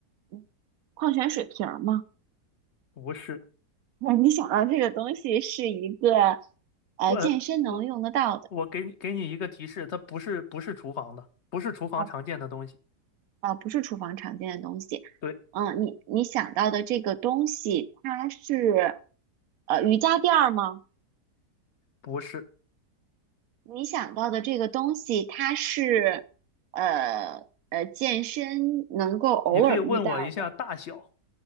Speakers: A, on the right (about 65°); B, on the left (about 50°).
A: 嗯矿泉水瓶儿吗？
B: 不是，
A: 那你想到这个东西是一个呃健身能用得到的，
B: 不，呃，我我给你给你一个提示，它不是不是厨房的，不是厨房常见的东西。
A: 啊啊，不是厨房常见的东西。
B: 对，
A: 嗯，你你想到的这个东西，它是呃瑜伽垫儿吗？
B: 不是。
A: 你想到的这个东西，它是呃呃健身能够偶尔遇到的。
B: 你可以问我一下大小。